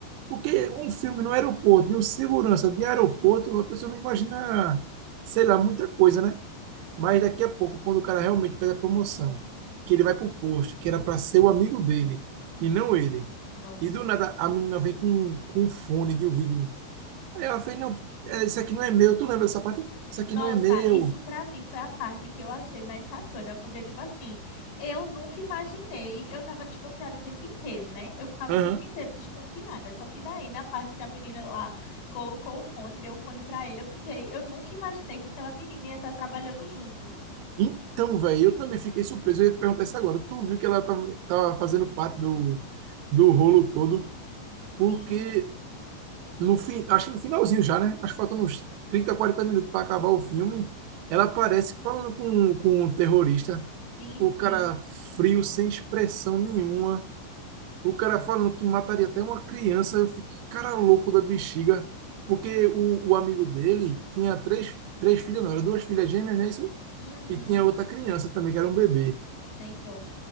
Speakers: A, on the right; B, on the left.
A: Porque um filme no aeroporto, de um segurança de aeroporto, a pessoa não imagina, sei lá, muita coisa, né? Mas daqui a pouco, quando o cara realmente pede a promoção, que ele vai pro posto, que era para ser o amigo dele, e não ele.
B: Nossa.
A: E do nada a menina vem com, com um fone de ouvido. Aí ela fez, não, é, isso aqui não é meu, tu lembra dessa parte? Isso
B: Nossa,
A: aqui não é meu.
B: isso pra mim foi a parte que eu achei mais sacana, porque tipo assim, eu nunca imaginei, eu tava desconfiada o tempo inteiro, né? Eu ficava
A: Aham.
B: o tempo inteiro desconfiada, só que daí na parte que a menina lá colocou o fone, deu o fone pra ele, eu fiquei, eu nunca imaginei que aquela menina ia estar trabalhando junto.
A: Então, velho, eu também fiquei surpreso. Eu ia te perguntar isso agora. Tu viu que ela tava, tava fazendo parte do, do rolo todo, porque
B: Sim,
A: no fim, acho que no finalzinho já, né? Acho que faltando uns 30, 40 minutos para acabar o filme, ela aparece falando com, com um terrorista,
B: sim,
A: o cara
B: sim.
A: frio, sem expressão nenhuma, o cara falando que mataria até uma criança. Eu fiquei, cara louco da bexiga, porque o, o amigo dele tinha três, três filhas, não, era duas filhas gêmeas, né? Isso
B: Uhum.
A: e tinha outra criança também, que era um bebê.
B: Sem dó.